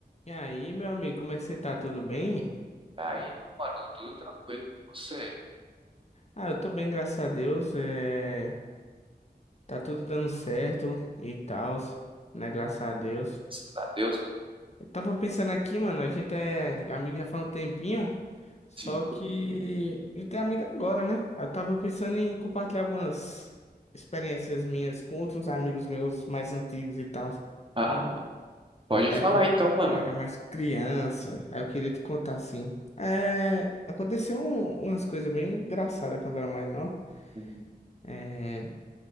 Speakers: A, on the left; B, on the right.
A: E aí, meu amigo, como é que você tá? Tudo bem?
B: Tá Aí, meu mano, tudo tranquilo com você?
A: Ah, eu tô bem, graças a Deus. É... Tá tudo dando certo e tal, né? Graças a Deus.
B: Graças a Deus.
A: Eu tava pensando aqui, mano, a gente é amigo já faz um tempinho, só
B: Sim.
A: que a gente é amigo agora, né? Eu tava pensando em compartilhar algumas experiências minhas com outros amigos meus mais antigos e tal,
B: Ah, pode
A: da
B: falar
A: época que
B: então, mano.
A: eu era mais criança. Aí eu queria te contar assim. É, aconteceu um- umas coisas bem engraçadas quando eu era mais novo.
B: Uhum.
A: É,